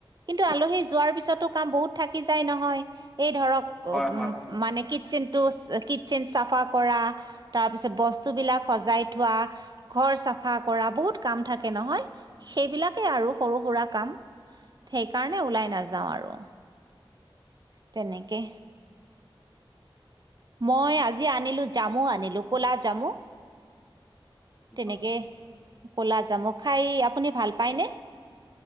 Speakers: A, on the right; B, in the centre.
A: কিন্তু আলহী যোৱাৰ পিছতো কাম বহুত থাকি যায় নহয়, এই ধৰক
B: হয় হয়
A: মানে কিটচেনটো কিটচেন চাফা কৰা তাৰপিছত বস্তুবিলাক সজাই থোৱা, ঘৰ চাফা কৰা বহুত কাম থাকে নহয়। সেইবিলাকেই আৰু সৰু সুৰা কাম, সেইকাৰণে ওলাই নাযাওঁ আৰু। তেনেকে। মই আজি আনিলোঁ, জামু আনিলোঁ ক'লা জামু। তেনেকে
B: নাই
A: ক'লা জামু খাই আপুনি ভাল পায় নে?